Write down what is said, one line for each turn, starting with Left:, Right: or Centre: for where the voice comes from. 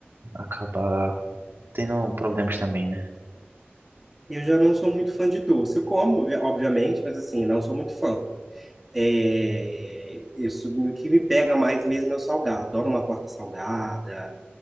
Right: acabar tendo problemas também, né?
Centre: Eu já não sou muito fã de doce. Eu como, obvi- obviamente, mas assim, não sou muito fã. É, isso, o que me pega mais mesmo é o salgado. Adoro uma torta salgada,